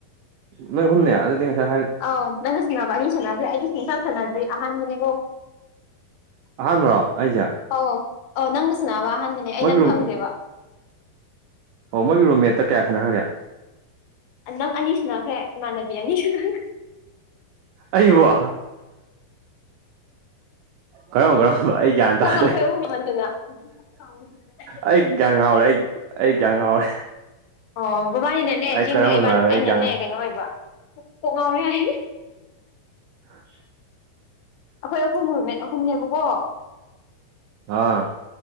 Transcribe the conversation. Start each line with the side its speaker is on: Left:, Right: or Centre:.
Right: ꯅꯣꯏ ꯑꯍꯨꯝꯅꯦ ꯑꯗꯨꯗꯤ ꯉꯁꯥꯏ ꯍꯥꯏ
Left: ꯑꯎ ꯅꯪꯅ ꯁꯅꯕ ꯑꯅꯤ ꯁꯥꯟꯅꯈ꯭ꯔꯦ ꯑꯩꯗꯤ ꯁꯨꯡꯁꯥꯟ ꯁꯥꯟꯅꯗ꯭ꯔꯤ ꯑꯍꯥꯟꯕꯅꯦꯀꯣ
Right: ꯑꯍꯥꯟꯕ꯭ꯔꯣ ꯑꯩꯁꯦ
Left: ꯑꯣ ꯑꯣ ꯅꯪꯒ ꯁꯟꯅꯥꯕ ꯑꯍꯥꯟꯕꯅꯦ ꯑꯩ
Right: ꯃꯣꯏꯒꯤ
Left: ꯅꯪ
Right: ꯔꯨꯝ
Left: ꯈꯪꯗꯦꯕ
Right: ꯑꯣ ꯃꯣꯏꯒꯤ ꯔꯣ ꯃꯦꯠꯇ ꯀꯌꯥ ꯁꯥꯟꯅꯈ꯭ꯔꯒꯦ
Left: ꯅꯪ ꯑꯅꯤꯁꯨ ꯅꯈ꯭ꯔꯦ ꯏꯃꯥꯟꯅꯕꯤ ꯑꯅꯤꯁꯤꯅꯈ꯭ꯔꯦ
Right: ꯑꯏ ꯋꯥ ꯀꯔꯣꯝ ꯀꯔꯝꯕ ꯑꯩ ꯒ꯭ꯌꯥꯟ ꯇꯥꯗ꯭ꯔꯦ
Left: ꯀꯣꯛ ꯉꯥꯎ ꯑꯩꯈꯣꯏ ꯑꯍꯨꯝ ꯏꯃꯟꯗꯅ ꯑꯣ
Right: ꯑꯩ ꯒ꯭ꯌꯥꯟ ꯉꯥꯎꯔꯦ ꯑꯩ ꯑꯩ ꯒ꯭ꯌꯥ ꯉꯥꯎꯔꯦ
Left: ꯑꯣ ꯕꯕꯥꯅꯤꯅꯅꯦ
Right: ꯑꯩ
Left: ꯆꯤꯡꯅꯦ
Right: ꯀꯔꯝꯕꯅꯣ
Left: ꯏꯕꯥ
Right: ꯍꯥꯏꯕ
Left: ꯑꯩꯅꯅꯦ
Right: ꯑꯩ ꯒ꯭ꯌꯥꯟ
Left: ꯀꯩꯅꯣ ꯑꯣꯏꯕ ꯀꯣꯛ ꯉꯥꯎꯔꯦ ꯍꯥꯏ
Right: <inaudible>
Left: ꯑꯩꯈꯣꯏ ꯑꯍꯨꯝ ꯔꯨꯝꯃꯦꯠ ꯑꯍꯨꯝꯅꯦꯕꯀꯣ
Right: ꯑꯥ